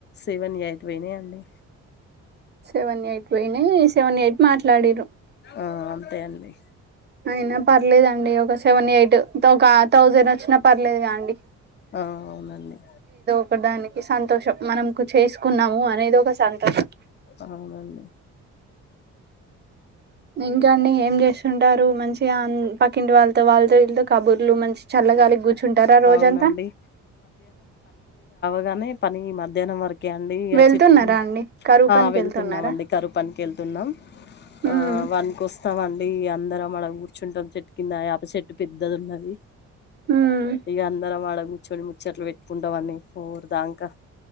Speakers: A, on the left (about 35°); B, on the right (about 35°).
A: నీవన్నీ అయిపోయినై అంది
B: సెవెన్ ఎయిట్ పోయినయ్ సెవెన్ ఎయిట్ మాట్లాడిరు
A: ఆ అంతే అండి
B: అయినా పర్లేదండి ఒక సెవెన్ ఎయిట్ ఒక థౌజండ్ వచ్చినా పర్లేదుగా అండి
A: అవునండి
B: <unintelligible> సంతోషం మనకు చేసుకున్నాము అనేది ఒక సంతోషం
A: అవునండి
B: ఇంకాండి ఏం చేస్తుంటారు మంచిగా పక్కింటి వాళ్ళతో వాళ్ళతో ఇళ్లతో కబుర్ ఇలు మంచి చల్లగాలి కూర్చుంటారా రోజంతా
A: అవునండి కాగానే పని మధ్యాహ్నం వరకు కె అండి ఇ
B: వెళ్తున్నారా
A: చిట్
B: అండి కరువు
A: అ
B: పనికి
A: వెళ్తున్నామ్
B: వెళ్తున్నారా
A: అండి కరుపనికి వెళ్తున్నాం
B: ఉమ్
A: ఆ వన్కి వస్తాం అడి అందరం మన కూర్చుంటాం చెట్టు కింద ఆయాప చెట్టు పెద్దది ఉన్నది
B: ఉమ్
A: ఇగ అందర మ కూర్చొని ముచ్చట్లు పెట్టుకుంటాం ఫోర్ దాంకా